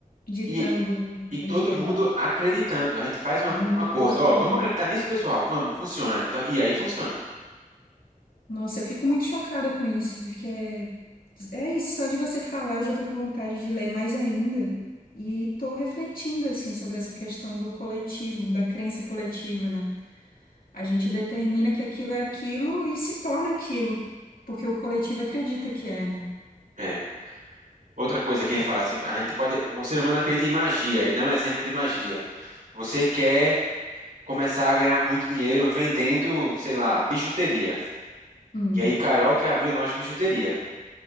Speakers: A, on the left; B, on the right.
A: Ditando
B: E, e todo
A: o que é.
B: mundo acreditando. A gente faz uma-
A: Todo
B: um
A: mundo
B: acordo.
A: acreditando.
B: Ó, vamos acreditar nisso, pessoal? Vamos, funciona. Então, e aí funciona.
A: Nossa, eu fico muito chocada com isso, porque é, é isso, só de você falar eu já tô com vontade de ler mais ainda. E tô refletindo, assim, sobre essa questão do coletivo, da crença coletiva, né? A gente determina que aquilo é aquilo e se torna aquilo, porque o coletivo acredita que é, né?
B: É. Outra coisa que ele fala assim, a gente pode, o ser humano acredita em magia. Ele dá um exemplo de magia. Você quer começar a ganhar muito dinheiro vendendo, sei lá, bijuteria.
A: Hum,
B: E aí Carol quer abrir uma loja de bijuteria.